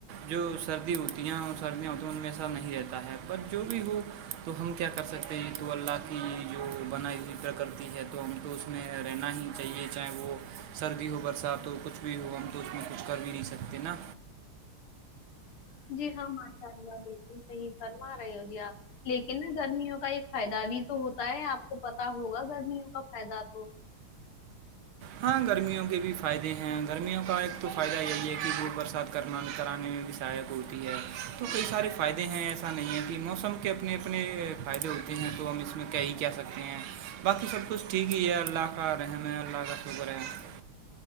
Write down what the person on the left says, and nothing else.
جی ہاں ماشاء اللہ بلکل صہی فرما رہے ہو جی آپ لیکن نا گرمیوں کا ایک فائدہ بھی تو ہوتا ہے آپ کو پتا ہوگا گرمیوں کا فائدہ تو